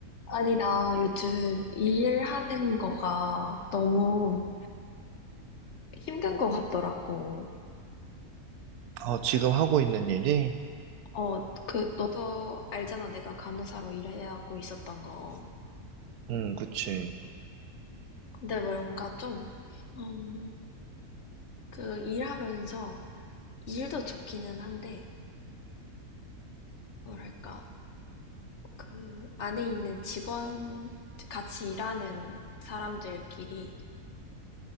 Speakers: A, on the left; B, on the right.
A: 아니, 나 요즘 이 일하는 거가 너무 힘든 거 같더라고.
B: 어, 지금 하고 있는 일이?
A: 어, 그, 너도 알잖아. 내가 간호사로 일하고 있었던 거.
B: 음, 그치.
A: 근데 뭔가 좀, 음, 그 일하면서 일도 좋기는 한데, 뭐랄까, 그 안에 있는 직원, 같이 일하는 사람들끼리의